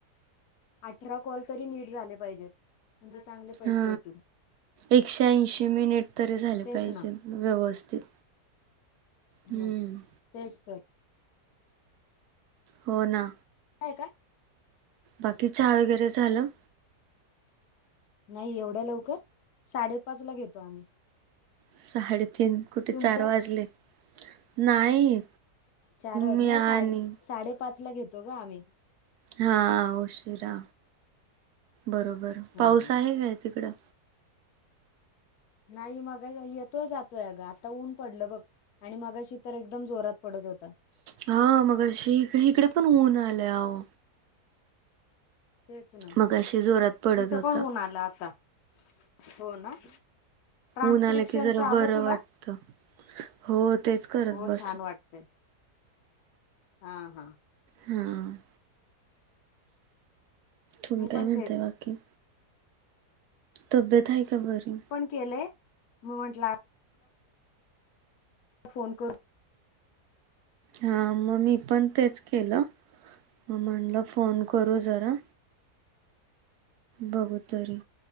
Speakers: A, on the left (about 70°); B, on the right (about 75°).
A: अठरा कॉल तरी नीट झाले पाहिजेत! म्हणजे चांगले पैसे
B: हा
A: येतील
B: एकशे ऐंशी मिनिट तरी झाले
A: तेच
B: पाहिजेत
A: ना
B: व्यवस्थित. हम्म
A: ह तेच तर
B: हो ना?
A: का का?
B: बाकी चहा वगैरे झालं?
A: नाही एवढ्या लवकर साडेपाच ला घेतो आम्ही!
B: साडेतीन कुठे
A: तुमचं
B: चार वाजले! नाही
A: चार वाज
B: मी
A: नाही साडे
B: आणि!
A: साडेपाच ला घेतो. दोघ आम्ही
B: हा उशिरा बरोबर!
A: हा.
B: पाऊस आहे काय तिकडं
A: नाही मग येतो जातोय ग आता ऊन पडलं बघ! आणि मगाशी तर एकदम जोरात पडत होता.
B: हा! मगाशी इथ इकडे पण ऊन आलेअहो!
A: तेच ना
B: मगाशी जोरात पडत
A: इथं
B: होता.
A: पण ऊन आलं आता हो ना? ट्रान्स्क्रिप्शनच
B: ऊन आलं की, जरा
A: आलं
B: बरं
A: तुला
B: वाटत हो! तेच करत
A: हो
B: बरं!
A: छान वाटत! हा हा!
B: हा तुम्ही
A: मी
B: काय
A: पण
B: म्हणताय
A: तेच
B: बाकी? तब्येत आहे का बरी?
A: केलय म म्हंटले आ! ! फोन कर
B: हा मग मी पण तेच केलं म्हणलं फोन करू जरा. बघू, तरी